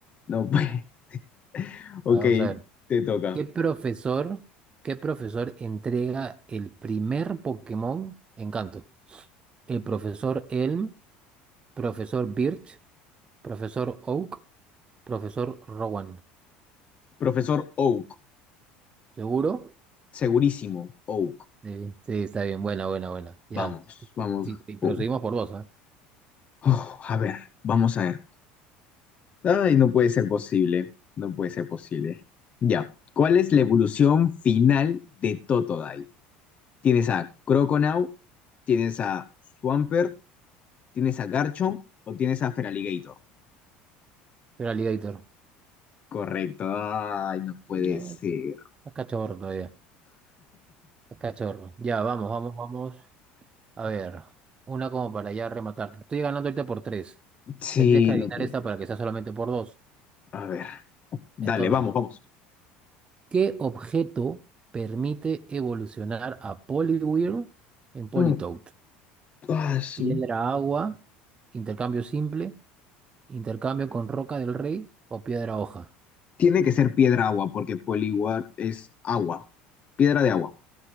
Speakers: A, on the left; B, on the right.
A: No puede. <laughs> Ok,
B: A ver, vamos a ver.
A: te toca.
B: ¿Qué profesor, qué profesor entrega el primer Pokémon en Canto? ¿El profesor Elm, profesor Birch, profesor Oak, profesor Rowan?
A: Profesor Oak,
B: ¿Seguro?
A: segurísimo, Oak.
B: Sí, sí, está bien, buena, buena, buena.
A: Vamos,
B: Ya,
A: vamos,
B: sí, sí, sí, pero
A: Oak.
B: seguimos por dos, ¿eh?
A: Oh, a ver, vamos a ver. Ay, no puede ser posible, no puede ser posible. Ya. ¿Cuál es la evolución final de Totodile? Tienes a Croconaw, tienes a Swampert, tienes a Garchomp o tienes a Feraligatr.
B: Pero Alligator.
A: Correcto. Ay, no puede
B: No,
A: ser.
B: está cachorro todavía. Está cachorro. Ya, vamos, vamos, vamos. A ver, una como para ya rematar. Estoy ganando ahorita por tres.
A: Sí,
B: Tendrías que adivinar
A: no puede
B: esta
A: ser.
B: para que sea solamente por dos.
A: A ver. Dale,
B: Entonces,
A: vamos, vamos.
B: ¿qué objeto permite evolucionar a Poliwhirl en Politoed?
A: No, ah, su-
B: ¿Piedra agua, intercambio simple, intercambio con roca del rey o piedra hoja?
A: Tiene que ser piedra agua porque Poliwag es agua. Piedra de agua.